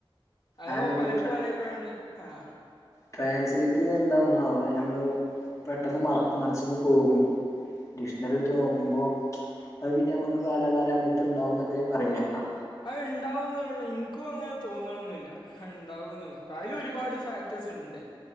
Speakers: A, on the left; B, on the left.
A: അതൊ
B: അല്ല ഇപ്പ
A: പലർക്കും പല അഭിപ്രായമുണ്ട് ആഹ്
B: ട്രേൻസിലിറ്റിത് എന്താവുനാവം ഞമ്മള് പെട്ടെന്ന് മറക്കും മനസ്സിന്ന് പോകും. ഡിക്ഷഷണറി എടുത്ത് നോക്കുമ്പോൾ അത് പിന്നെ നമുക്ക് കാലാകാലം നമ്മളെ ത്ത് ഉണ്ടാകും എന്നൊക്കെ പറയുന്നേ കേക്കാം
A: അഹ് ഇണ്ടാവുന്നുള്ളു എനിക്കും അങ്ങനെ തോന്നണൊന്നുല്ല ഇണ്ടാവൊന്നുള്ള പ്പൊ അയില് ഒരുപാട് ഫാക്ടേഴ്സ് ഉണ്ട്